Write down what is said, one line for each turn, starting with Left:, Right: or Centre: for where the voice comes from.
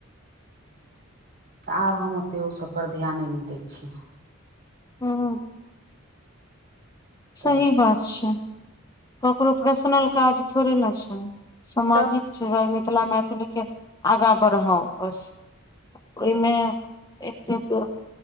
Right: तऽ आब हम ओते ओसभ पर ध्याने नहि दै छी
Left: हँ
Right: तऽ
Left: सही बात छै ककरो पर्सनल काज थोड़े ना छै सामाजिक
Right: तब
Left: छिरे मिथिला मैथिल के आगाँ बढ़ा बस ओहिमे एतेक